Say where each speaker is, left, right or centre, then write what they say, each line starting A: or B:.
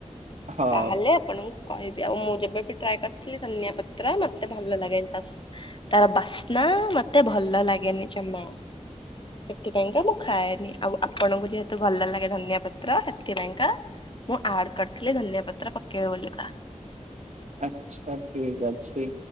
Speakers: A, on the right (about 65°); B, on the left (about 40°).
A: ହଉ।
B: ତାହେଲେ ଆପଣଙ୍କୁ କହିବି ଆଉ ମୁଁ ଯେବେ ବି ଟ୍ରାଏ କରିଥିଲି ଧନିଆ ପତ୍ର ମତେ ଭଲ ଲାଗେନି ତା ସ୍ ତାର ବାସ୍ନା ମତେ ଭଲ ଲାଗେନି ଜମା ସେଥିପାଇଁକା ମୁଁ ଖାଏନି ଆଉ ଆପଣଙ୍କୁ ଯେହେତୁ ଭଲ ଲାଗେ ଧନିଆ ପତ୍ର ସେଥିପାଇଁକା ମୁଁ ଆଡ୍ କର ଥିଲି ଧନିଆ ପତ୍ର ପକେଇବେ ବୋଲିକା।
A: ଆଚ୍ଛା ଠିକ୍ ଅଛି